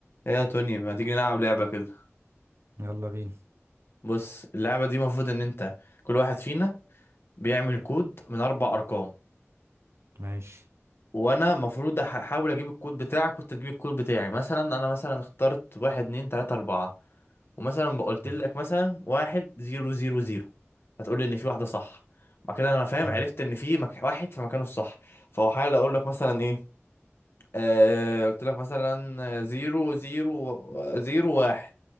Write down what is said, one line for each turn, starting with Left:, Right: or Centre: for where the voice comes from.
Left: ايه يا توني ما تيجي نلعب لعبة كده
Right: يلا بينا
Left: بص اللعبة دي المفروض ان انت كل واحد فينا بيعمل كود من اربع ارقام
Right: ماشي
Left: وانا المفروض أح- احاول اجيب الكود بتاعك وانت تجيب الكود بتاعي مثلا انا مثلا اخترت واحد اتنين تلاتة اربعة ومثلا بقولت
Right: اوكي
Left: لك مثلا واحد زيرو زيرو زيرو هتقول لي ان في واحدة صح بعد كده انا فاهم
Right: ماشي
Left: عرفت ان في مك... واحد في مكانه الصح فهحاول اقول لك مثلا ايه آه... قلت لك مثلا آه، زيرو زيرو زيرو واحد